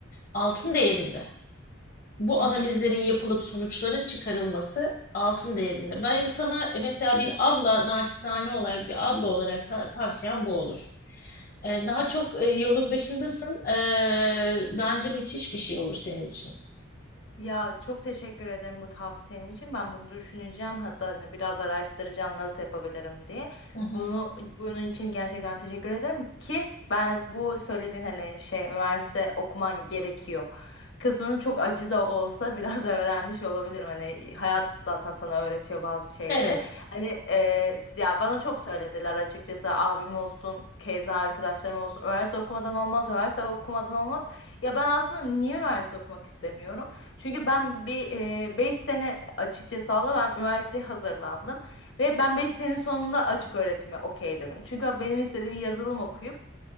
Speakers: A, on the left; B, on the left.
A: altın değerinde. Bu
B: Hı
A: analizlerin
B: hı.
A: yapılıp sonuçların çıkarılması altın değerinde. Benim sana mesela bir abla, naçizane olarak bir abla olarak ta- tavsiyem bu olur. E, daha çok e, yolun başındasın. E, bence müthiş bir şey olur senin için.
B: Ya çok teşekkür ederim bu tavsiyen için. Ben bunu düşüneceğim. Hatta hani biraz araştıracağım nasıl yapabilirim diye.
A: Hı hı.
B: Bunu bunun için gerçekten teşekkür ederim ki ben bu söylediğin hani şey üniversite okuman gerekiyor. Kısmını çok acı da olsa biraz <laughs> öğrenmiş olabilirim. Hani hayat zaten sana öğretiyor bazı şeyleri.
A: Evet.
B: Hani e, ya bana çok söylediler açıkçası abim olsun, keza arkadaşlarım olsun. Üniversite okumadan olmaz, üniversite okumadan olmaz. Ya ben aslında niye üniversite okumak istemiyorum? Çünkü ben bir e, 5 sene açıkça sağla ben üniversiteye hazırlandım. Ve ben 5 senenin sonunda açık öğretime okey dedim. Çünkü benim istediğim yazılım okuyup